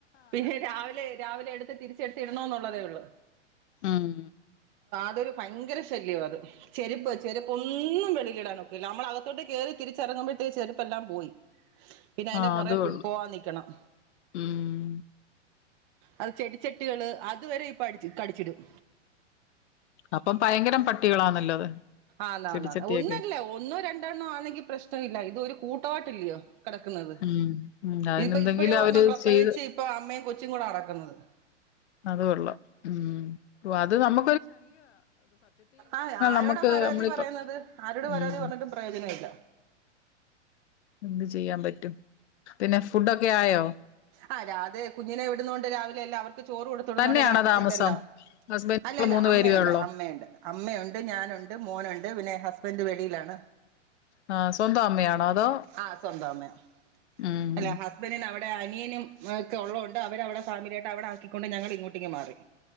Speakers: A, on the right; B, on the left.
A: പിന്നെ രാവിലെ രാവിലെ എടുത്ത് തിരി ചെട്ടിയിടണോന്നൊള്ള തെ <inaudible>
B: ഉം
A: അതൊരു ഭയങ്കര ശല്യവാ അത് ചെരുപ്പ് ചെരുപ്പൊന്നും വെളീടാനൊക്കീല നമ്മളകത്തോട്ട് കയറി തിരിച്ചറങ്ങുമ്പോഴത്തേക്ക് ചെരുപ്പെല്ലാം പോയി പിന്നെ അയിന്റെ
B: ആഹ്
A: പുറെ
B: അത് കൊള്ളാം
A: പ പോവാനിക്കണം
B: ഉം
A: അത് ചെടിച്ചെട്ടികള് അതുവരെ പഠിച്ച് കടിച്ചിടും
B: അപ്പം ഭയങ്കരം പട്ടികളാണല്ലോ അത്
A: ആന്നാന്നാന്ന്
B: ചെടിച്ചട്ടിയൊക്കെ
A: ഒന്നല്ല ഒന്നോ രണ്ടെണ്ണോ ആണെങ്കി പ്രശ്നയില്ല ഇത് ഒരു കൂട്ടവായിട്ടല്ല്യോ കിടക്ക്ന്നത്
B: ഉം ഉം അതിനെന്തെങ്കിലും
A: ഇതിപ്പോ ഇപ്പഴും ഒരെണ്ണം
B: അവര്
A: പ്രസവിച്ച്
B: ചെയ്ത്
A: ഇപ്പൊ അമ്മയും കൊ ച്ചും കൂടാകടക്കുന്നത്
B: അത് കൊള്ളാം ഉം ഓ അത് നമ്മ
A: ആഹ് ആരോടാ
B: നമുക്ക്
A: പരാതി
B: നമ്മളിപ്പം
A: പറയുന്നത് ആരോട് പരാതി
B: ഉം
A: പറഞ്ഞിട്ടും പ്രയോജനമില്ല
B: എന്ത് ചെയ്യാൻ പറ്റും പിന്നെ ഫുഡൊക്കെ ആയോ
A: ആഹ് രാധേ കുഞ്ഞിനെ വിടുന്നോണ്ട് രാവിലെ എല്ലാം അവർ ക്ക് ചോറ് കൊടുത്ത് വിടുന്നോണ്ട്
B: തന്നെയാണോ
A: രാവിലത്തേക്കെല്ലാവും
B: താമസം ഹസ്ബൻഡ്
A: അല്ലല്ല
B: മൂന്ന്
A: അമ്മയുണ്ട്
B: പേരുവേ ഉള്ളോ
A: അമ്മയുണ്ട് അമ്മയുണ്ട്, ഞാനുണ്ട്, മോനുണ്ട് പിന്നെ ഹുസ്ബൻഡ് വെളയിലാണ്
B: ആ സ്വന്തം അമ്മയാണോ അതോ
A: ആ സ്വന്തം അമ്മയാ
B: ഉം
A: അല്ല ഹസ്ബന്റിന് അവി <unintelligible> അനിയനും ഒക്കെ ഒള്ളോണ്ട് അവരവിടെ ഫാമിലിയായിട്ട് അവിടെ ആക്കിക്കൊണ്ട് ഞങ്ങൾ ഇങ്ങോട്ടിങ്ങ് മാറി